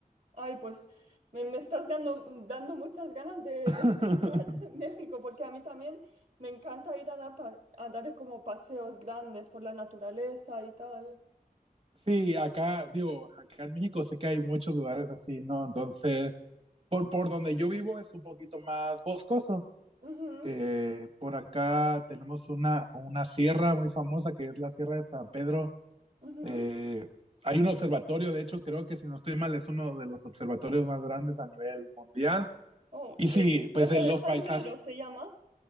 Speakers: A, on the right; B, on the right.
A: Ay, pues me, me estás dando, dando muchas ganas de,
B: <laughs>
A: de visitar <laughs> México, porque a mí también me encanta ir a dar, pa- a dar como paseos grandes por la naturaleza y tal.
B: Sí, acá, digo, acá en México sé que hay muchos lugares así, ¿no? Entonces, por, por donde yo vivo es un poquito más boscoso.
A: Ujú,
B: que por acá tenemos una, una sierra muy famosa que es la Sierra de San Pedro.
A: ujú.
B: Eh, hay un observatorio, de hecho creo que si no estoy mal es uno de los observatorios más grandes a nivel mundial.
A: Oh,
B: Y sí,
A: de
B: pues
A: Tierra
B: eh, los
A: de San
B: paisajes,
A: Pedro se llama.